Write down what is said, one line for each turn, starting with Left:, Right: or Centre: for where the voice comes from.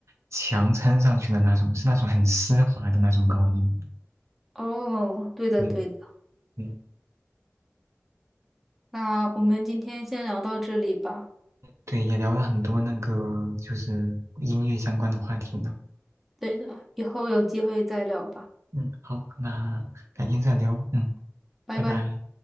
Right: 强撑上去的那种，是那种很丝滑的那种高音。
Centre: 哦，对的对的，
Right: 对，对，
Centre: 那我们今天先聊到这里吧。
Right: 对，也聊了很多那个就是音乐相关的话题呢。
Centre: 对的，以后有机会再聊吧，
Right: 嗯，好，那改天再聊。嗯，
Centre: 拜拜。
Right: 拜拜。